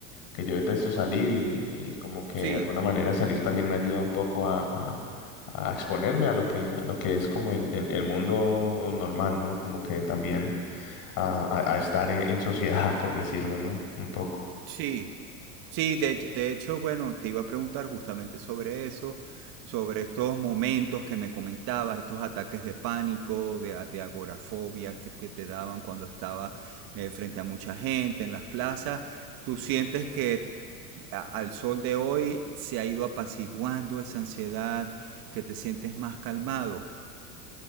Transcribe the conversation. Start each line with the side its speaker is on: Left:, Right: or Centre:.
Left: que yo detesto salir y, y como que
Right: sí,
Left: de alguna manera salir también me ayuda un poco a, a- a exponerme a lo que, a lo que es como el, el- el mundo normal, ¿no? Como que también a, a- a estar en, en sociedad, <laughs> por decirlo, ¿no? Un poco.
Right: sí, Sí, de, de hecho, bueno, te iba a preguntar justamente sobre eso, sobre estos momentos que me comentabas, estos ataques de pánico, de, a- de agorafobia que, que te daban cuando estabas eh, frente a mucha gente en las plazas. ¿Tú sientes que a- al sol de hoy se ha ido apaciguando esa ansiedad, que te sientes más calmado?